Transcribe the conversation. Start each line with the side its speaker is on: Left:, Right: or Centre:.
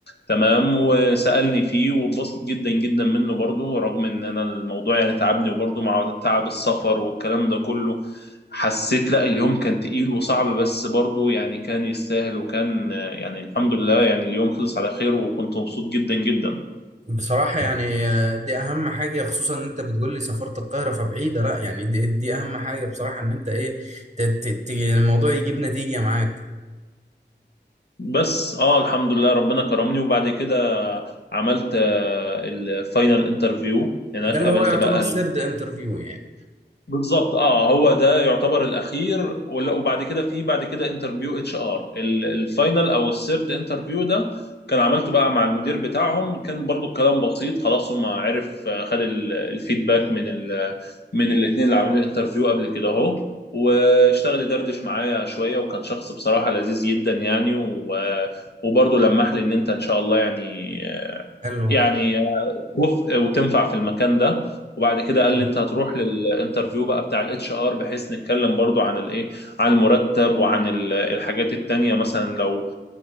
Left: تمام وسألني فيه واتبسط جدا جدا منه برضو رغم ان انا الموضوع يعني تعبني وبرضو مع تعب السفر والكلام ده كله حسيت لا اليوم كان تقيل وصعب بس برضو يعني كان يستاهل وكان آه، يعني الحمد لله يعني اليوم خلص على خير وكنت مبسوط جدا جدا
Right: بصراحة يعني آه، دي أهم حاجة خصوصا إن أنت بتقول لي سافرت القاهرة فبعيدة لا يعني دي, دي أهم حاجة بصراحة إن أنت إيه ت- ت- ت- الموضوع يجيب نتيجة معاك
Left: بس اه الحمد لله ربنا كرمني وبعد كده عملت الفاينل انترفيو هناك
Right: ده اللي
Left: قابلت
Right: هو يعتبر
Left: بقى
Right: سيرد انترفيو يعني
Left: بالظبط اه هو ده يعتبر الاخير ولا- وبعد كده في بعد كده انترفيو اتش ار الفاينل او السيرد انترفيو ده كان عملته بقى مع المدير بتاعهم كان برضو الكلام بسيط خلاص هم عرف آه، خد ال- الفيدباك من ال من الاثنين اللي عاملين الانترفيو قبل كده اهو واشتغل يدردش معايا شويه وكان شخص بصراحه لذيذ جدا يعني و- وبرضه لمح لي ان انت ان شاء الله يعني
Right: حلو
Left: يعني وف... وتنفع في المكان ده وبعد كده
Right: حلو
Left: قال لي انت هتروح للانترفيو بقى بتاع الاتش ار بحيث نتكلم برضو عن الايه عن المرتب وعن ال- الحاجات التانية مثلا لو